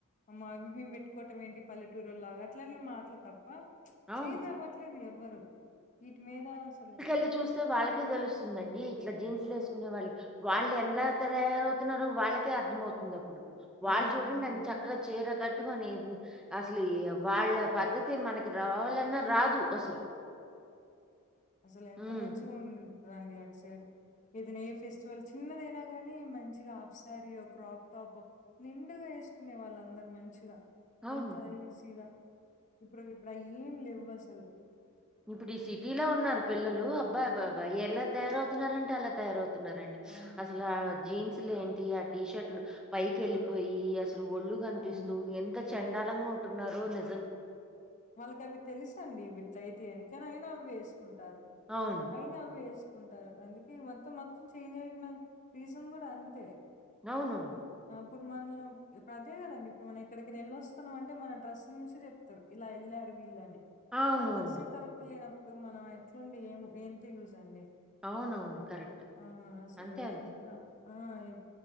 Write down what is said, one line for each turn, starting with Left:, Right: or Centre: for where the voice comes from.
Left: అమ్మా అవి మేము పెట్టుకోవటం ఏంటి పల్లెటూరో లాగా అట్లా మాటలు తప్ప
Centre: అవును.
Left: చేంజ్ అవ్వట్లేదు ఇగ అవి ఎవ్వరు ఇటి మీదాసలు
Centre: ళ్ చూస్తే వాళ్ళకె తెలుస్తుందండి ఇట్లా జీన్స్లు
Left: ఆ!
Centre: వేసుకునే వాళ్ళకి వాళ్ళు ఎలా తరయారవుతున్నారో వాళ్ళకే అర్థమవుతుంది అప్పుడు
Left: ఆ!
Centre: వాళ్ళు చూడండి
Left: అవునా
Centre: ఎంత చక్కగా చీర కట్టుకొని అసలు వాళ్ళ పద్ద్ద అయితే మనకి రావాలన్నా రాదు
Left: హ్మ్.
Centre: అసలు
Left: అసలు ఎంత
Centre: హ్మ్.
Left: మంచి ఉంటరండి అటు సైడ్ ఏదైనా ఏ ఫెస్టివల్ చిన్నదైనా గాని మంచిగా ఆఫ్సారీయో క్రాప్ టాపో నిండుగా చేసుకునే వాళ్ళందరు మంచిగా
Centre: అవును.
Left: ఎంత ఈజీగా ఇప్పుడు ఇప్పుడు ఏం లేవ్వు అసలు
Centre: ఇప్పుడు ఈ సిటీలో ఉన్నారు పిల్లలు అబ్ అబబా ఎలా తయారవుతున్నారంటే అలా తయారవుతున్నారండి
Left: అవునవునండి.
Centre: అసలు ఆ జీన్స్లు ఏం టి ఆ టీషర్ట్లు పైకి వెళ్ళిపోయి లు ఒళ్ళు కనిపిస్తూ
Left: అవును.
Centre: ఎంత చండాలంగా ఉంటున్నారో ని
Left: వాళ్ళకి అవి తెలుసండి విట్లయితయని కని అవి వేసుకో కుంటారు
Centre: అవును.
Left: ఐనా అవ్వే యేస్ ఉంటారు అందుకీ మొత్తం మొత్తం చేంజైన పీజం గూడంతె
Centre: ఔనూ
Left: ఇప్పుడు మన్లం ఇప్పుడతే గదండి ఇప్పుడు మనమెక్కడికైనెళ్ళొస్తున్నమంటె మన డ్రస్ <unintelligible> చెప్తరు ఇలా యెళ్ళారు వీళ్ళని
Centre: అవునవును.
Left: అ డ్రస్సే కరెక్ట్ లేనప్ ప్పుడు మనమెట్లుండి ఏం ఏంత యూజండి
Centre: అవునవును.
Left: చెప్పండి
Centre: కరెక్ట్.
Left: ఆ అసలు
Centre: అంతే, అంతే.
Left: ఎంతొ ఆ ఇప్